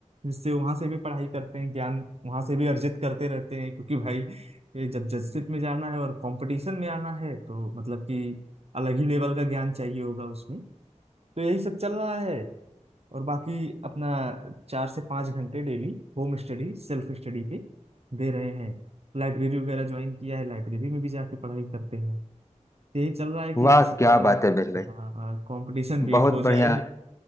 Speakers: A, on the right; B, on the left.
A: जिससे वहां से भी पढ़ाई करते हैं ज्ञान वहां से भी अर्जित करते रहते हैं क्योंकि भाई ये जब जजशिप में जाना है और कंपटीशन में आना है तो मतलब कि अलग ही लेवल का ज्ञान चाहिए होगा उसमें तो यही सब चल रहा है और बाकी अपना चार से पाँच घंटे daily home study self study पे दे रहे हैं लाइब्रेरी वगैरह ज्वाइन किया है लाइब्रेरी में भी जाके पढ़ाई करते हैं यही चल रहा है कि
B: वाह
A: किसी
B: क्या
A: तरह
B: बात है मेरे
A: हाँ,
B: भाई
A: कंपटीशन बीट
B: बहुत
A: हो जाए
B: बढ़िया